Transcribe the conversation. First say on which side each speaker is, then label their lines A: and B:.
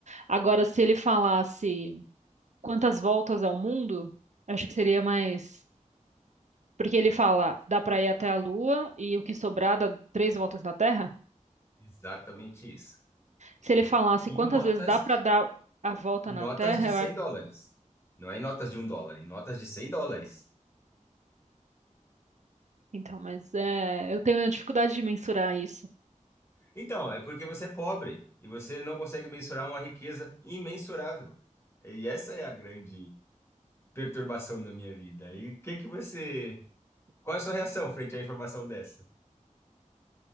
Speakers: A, on the right; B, on the left.
A: Agora, se ele falasse quantas voltas ao mundo, acho que seria mais. Porque ele fala, dá pra ir até a Lua e o que sobrar dá três voltas na Terra.
B: Exatamente isso.
A: Se ele falasse
B: Em
A: quantas
B: notas,
A: vezes dá pra
B: de-
A: dar a volta
B: em
A: na
B: notas
A: Terra,
B: de
A: eu
B: 100
A: acho.
B: dólares. Não é em notas de um dólar, em notas de 100 dólares.
A: Então, mas é, eu tenho dificuldade de mensurar isso.
B: Então, é porque você é pobre e você não consegue mensurar uma riqueza imensurável. E essa é a grande perturbação da minha vida. E o que que você... Qual é a sua reação frente à informação dessa?